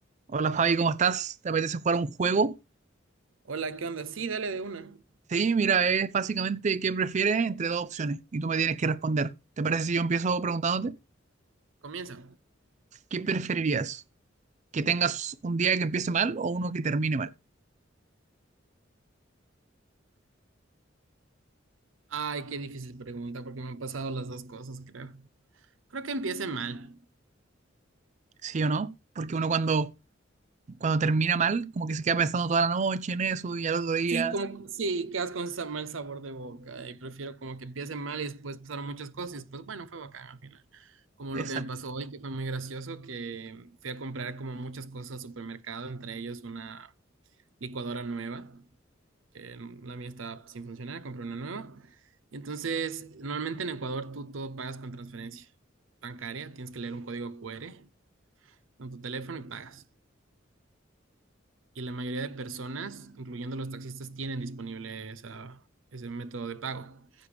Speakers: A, on the right; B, on the right.
A: Hola Fabi, ¿cómo estás? ¿Te apetece jugar un juego?
B: Hola, ¿qué onda? Sí, dale de una.
A: Sí, mira, es básicamente qué prefieres entre dos opciones y tú me tienes que responder. ¿Te parece si yo empiezo preguntándote?
B: Comienza.
A: ¿Qué preferirías? ¿Que tengas un día que empiece mal o uno que termine mal?
B: Ay, qué difícil pregunta, porque me han pasado las dos cosas, creo. Creo que empiece mal.
A: ¿Sí o no? Porque uno cuando, cuando termina mal, como que se queda pensando toda la noche en eso y al otro día.
B: Sí, como, sí, quedas con ese mal sabor de boca y prefiero como que empiece mal y después pasaron muchas cosas y después, bueno, fue bacán al final. Como
A: Exacto.
B: lo que me pasó hoy, que fue muy gracioso, que fui a comprar como muchas cosas al supermercado, entre ellos una licuadora nueva. eh, la mía está sin funcionar, compré una nueva. Y entonces, normalmente en Ecuador tú todo pagas con transferencia bancaria, tienes que leer un código Q R en tu teléfono y pagas. Y la mayoría de personas, incluyendo los taxistas, tienen disponible esa, ese método de pago.